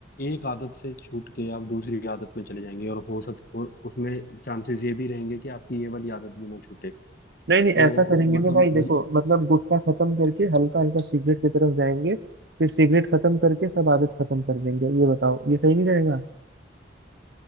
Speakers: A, on the left; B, on the right.
A: एक आदत से छूट के आप दूसरी आदत में चले जाएंगे और हो सक और उसमें चांसेस ये भी रहेंगे कि आपकी ये वाली आदत भी ना छूटे
B: नहीं
A: तो
B: नहीं ऐसा करेंगे ना
A: मतलब
B: भाई देखो
A: ये-
B: मतलब गुटखा खत्म करके हल्का हल्का सिगरेट की तरफ जाएंगे फिर सिगरेट खत्म करके सब आदत खत्म कर देंगे ये बताओ ये सही नहीं रहेगा